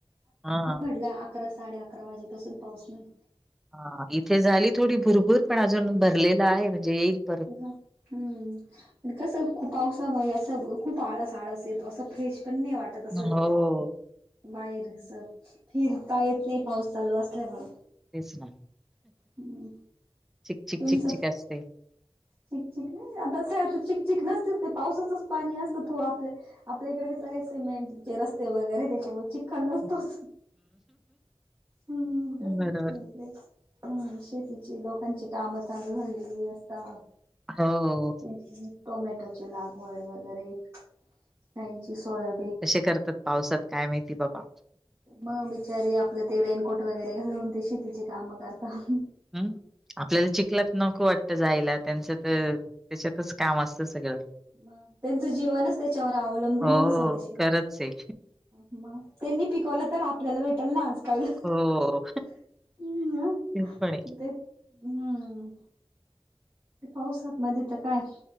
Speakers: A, in the centre; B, on the right.
A: हा
B: पडला. अकरा, साडे -अकरा वाजेपासून पाऊस नाही.
A: हा इथे झाली थोडी भुरभूर पण अजून भरलेला आहे म्हणजे येईल पण.
B: ह हम्म कसं खूप पावसामुळे असं खूप आळस- आळस येतो असं फ्रेश पण नाही वाटत. असं
A: हो
B: बाहेर कस फिरता येत नाही पाऊस चालू असल्यामुळे.
A: तेस ना
B: हम्
A: चिक-चिक-चिक-चिक
B: तुमचचं
A: असते.
B: चिकचिक नाही आता असं आता चिकचिक नसतेच ते पावसाचच पाणी असतं हो आपल्या आपल्या इकडे कसं काय सिमेंटचे रस्ते वगैरे त्याच्यामुळे चिक चिखल नसतोच
A: हं.
B: हम् कसक
A: बरोबर.
B: <unintelligible> हम्म, शेतीची लोकांची काम चालू झालेली असता
A: हो.
B: हमछ <unintelligible> टोमॅटोची लागवड वगैरे त्यांची सोय
A: कसे करतात पावसात काय माहिती बाबा.
B: मग बिचारे आपलं ते रेनकोट वगैरे घालवून ते शेतीचे कामं करतात.
A: हम्, आपल्याला चिकलात नको वाटत जायला त्यांच तर त्याच्यातच काम असतं सगळं.
B: म त्यांचं जीवनच त्याच्यावर अवलंबून
A: हो,
B: आहे ना सगळं शेत
A: खरंच आहे.
B: मग त्यांनी पिकवलं तर आपल्याला भेटाल ना आज काय ह्,
A: हो.
B: मं.
A: ते पण आहे.
B: ते हम्म. ते पाऊस होतं नाही तीत काय